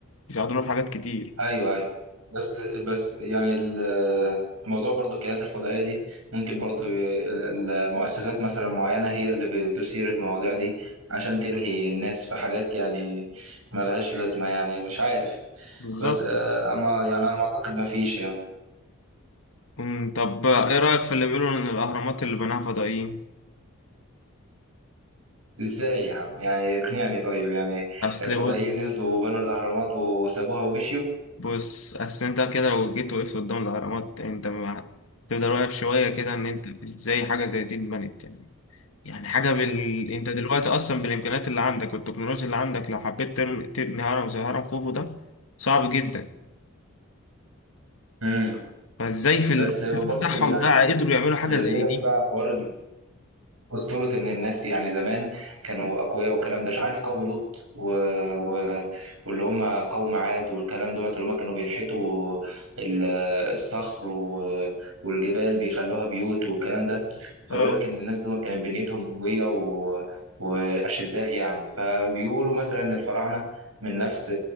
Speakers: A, on the left (about 75°); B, on the right (about 85°).
A: يساعدونا في حاجات كتير
B: ايوه ايوه بس بس يعني ال- الموضوع برضو الكائنات الفضائيه دي ممكن برضو ال- المؤسسات مثلا معينه هي اللي بتثير المواضيع دي عشان تلهي الناس في حاجات يعني ملهاش لازمه يعني مش عارف
A: بالظبط
B: بس آه، اما يعني انا ما اعتقد ما فيش يعني
A: أمم، طب ايه رأيك في اللي بيقولوا ان الاهرامات اللي بناها فضائيين
B: ازاي يا عم يعني اقنعني طيب يعني
A: اصل
B: الفضائيين
A: بص
B: نزلوا وبنوا الاهرامات وسابوها ومشيوا
A: بص اصل انت كده لو جيت وقفت قدام الاهرامات انت ما- تفضل واقف شوية كده ان انت ازاي حاجة زي دي اتبنت يعني يعني حاجة بال... انت دلوقتي اصلا بالامكانيات اللي عندك والتكنولوجيا اللي عندك لو حبيت ترم... تبني هرم زي هرم خوفو ده صعب جدا
B: امم
A: فازاي في الوقت
B: بس برضو
A: ده بتاعهم
B: يعني
A: ده قدروا يعملوا حاجة
B: اللي
A: زي
B: بيقول لك
A: دي؟
B: بقى حوار أسطورة إن الناس يعني زمان كانوا أقوياء والكلام ده مش عارف قوم لوط و... و... واللي هم قوم عاد والكلام دوت اللي هم كانوا بينحتوا ال- الصخر و... والجبال بيخلوها بيوت والكلام ده فبيقول
A: اه
B: لك إن الناس دول كانت بنيتهم قوية و... وأشداء يعني فبيقولوا مثلا إن الفراعنة من نفس